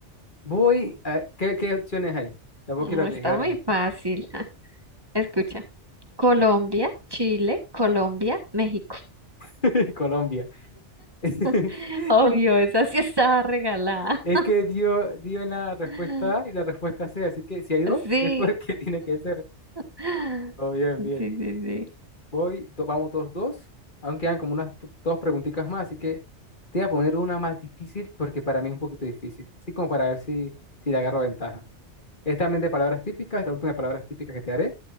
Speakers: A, on the left; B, on the right.
A: Voy a... ¿Qué, qué opciones hay? Tampoco
B: Mm,
A: quiero arriesgarme.
B: está muy fácil. <laughs> Escucha. Colombia, Chile, Colombia, México.
A: <laughs> Colombia. <laughs>
B: <laughs> Obvio, esa sí estaba regalada.
A: Es que dio, dio en la respuesta
B: <laughs>
A: A y la respuesta C, así que si hay dos,
B: Sí.
A: es porque <laughs> tiene que ser.
B: Sí,
A: Oh, bien, bien.
B: sí, sí.
A: Voy, do- vamos dos, dos. Aún quedan como unas t- dos preguntitas más, así que te voy a poner una más difícil porque para mí es un poquito difícil. Así como para ver si, si le agarro ventaja. Es también de palabras típicas, la última de palabras típicas que te haré